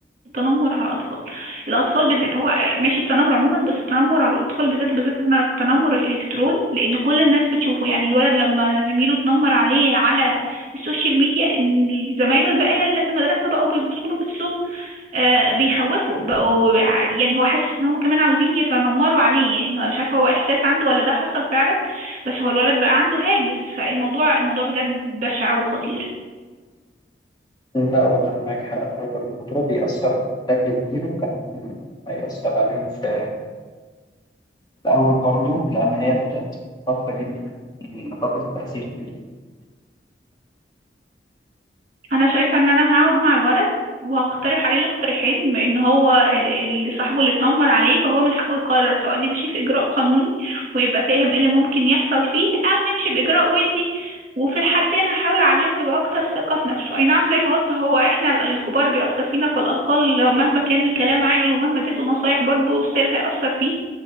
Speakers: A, on the right (about 45°); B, on the left (about 25°).
A: للتنمر على الأطفال الأطفال بالذات هو ماشي التنمر عموما بس التنمر على الأطفال بالذات وبالذات إنها التنمر الإلكتروني لأن كل الناس بتشوفه يعني الولد لما زميله اتنمر عليه على السوشيال ميديا إن زمايله الباقية اللي في المدرسة بقوا بيبصوا له بأسلوب آه، بيخوفوا بقوا يعني هو حاسس ان هم كمان عاوزين يتنمروا عليه يعني هو مش عارف هو احساس عنده ولا ده حصل فعلا بس هو الولد بقى عنده هاجس فالموضوع الموضوع بجد بشع وخطير
B: لا والله معاك حق هو الموضوع بيأثر بشكل كبير وكان هيأثر عليهم في في الأول برضه لأن هي الفترة دي بتكون فترة تأثير كبير
A: انا شايفه ان انا هقعد مع الولد وهقترح عليه الاقتراحين بما ان هو ال- اللي صاحبه اللي اتنمر عليه فهو من حقه يقرر سواء نمشي في اجراء قانوني ويبقى فاهم ايه اللي ممكن يحصل فيه او نمشي باجراء ودي وفي الحالتين هحاول اعلمه يبقى اكتر ثقه في نفسه اي نعم زي ما قلت هو احنا ال- الكبار بيأثر فينا فالاطفال مهما كان الكلام عاقل ومهما اديته نصايح برضه ستيل هيأثر فيه